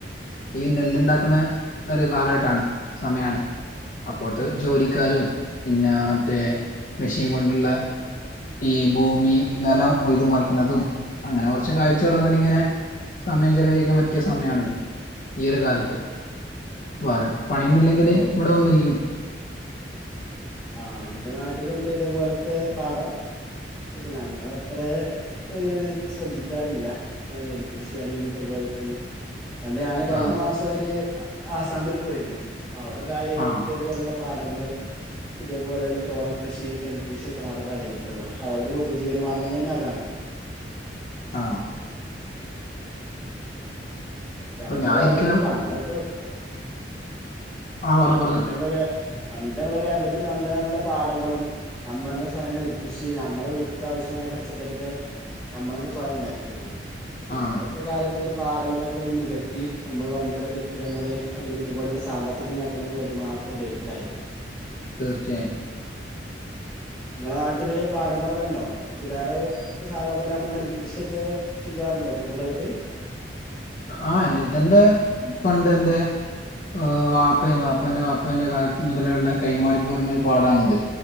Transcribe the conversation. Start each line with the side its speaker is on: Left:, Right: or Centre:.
Left: ഈ നെല്ല് ഇണ്ടാക്കണ ഒരു കാലഘട്ടാണ് സമയാണ്. അപ്പോത്തെ ജോലിക്കാരും പിന്നെ മറ്റേ മെഷീൻ കൊണ്ടുള്ള ഈ ഭൂമി നിലം ഉയ്ത് മറിക്കണതും അങ്ങനെ കുറച്ച് കാഴ്ചകള് കണ്ടിങ്ങനെ സമയം ചെലവഴിക്കാൻ പറ്റിയ സമയാണിത് ഈ ഒരു കാലത്ത് വാറ പണിയൊന്നില്ലെങ്കില്
Centre: ഓ
Left: ഇവിടെ വന്നിരിക്കും.
Centre: ആഹ് എന്റെ നാട്ടിലുണ്ട് ഇതേപോലത്തെ പാഠം. ഞങ്ങള് അത്ര ഒരു ശ്രദ്ധിക്കാറില്ല നെൽകൃഷി അല്ലെങ്കിൽ ഇതേപോലെ ത്ത്ന്ന് പണ്ട് ഞാന് കഴിഞ്ഞ
Left: ആ
Centre: മാസ ഒരു ആസാമില് പോയിരുന്നു അപ്പൊ അവിടെ കാര്യയിട്ട്
Left: ആ
Centre: ഇതേപോലുള്ള പാടങ്ങള് ഇതേപോലെള്ള ചോള കൃഷി നെൽകൃഷിയൊക്കെയാണ് അവിടെ കാര്യായിട്ടുള്ളത് അവരുടെ ഒരു ഉപജീവന മാർഗം തന്നെ അതാണ്
Left: ആഹ്
Centre: ഇപ്പ
Left: അപ്പൊ
Centre: നമ്മളെ
Left: ഞാൻ
Centre: കേരളത്തില്
Left: ഇരിക്കണം
Centre: പണ്ടൊക്കെ?
Left: ആ പറഞ്ഞോ പറഞ്ഞോ
Centre: പണ്ട് <unintelligible> പണ്ട് നമ്മളെ കേരളത്തിൽ നല്ല നല്ല പാടങ്ങളും നമ്മളന്നെസ്വയം നെൽകൃഷി നമ്മളെ വീട്ട്ക്ക് ആ മായ പച്ചക്കറിക്കെ നമ്മളന്നെ സ്വയം ഇണ്ടാക്കിരുന്നു
Left: ആ
Centre: ഇപ്പത്തെ കാലത്ത് അൽ പാടങ്ങളൊക്കെ നികത്തി നമ്മള് വൻകിട കെട്ടിടങ്ങൾ അല്ലെങ്കിൽ ഇതുപോലുള്ള സാമ്പത്തിക നേട്ട തങ്ങൾക്ക് വേണ്ടി മാത്രുപയോഗിക്കലായി.
Left: തീർച്ചയായും.
Centre: ഇങ്ങളെ നാട്ടില് പാടങ്ങളൊക്കെണ്ടോ ഇതിലേറെ സാധാ പോലെ നമ്മളെ നെൽകൃഷ്യക്കെ ചെയ്യാ റ്ണ്ടോ കൂടുതലായിട്ട്?
Left: ആഹ് എന്നെതെൻ്റെ കണ്ടെൻ്റെ ആഹ് വാപ്പിം വാപ്പന്റെ വാപ്പന്റെ കാലത്ത് മുതലെള്ളെ കൈമാറിപ്പോര്ണൊരു പാടാണിത്.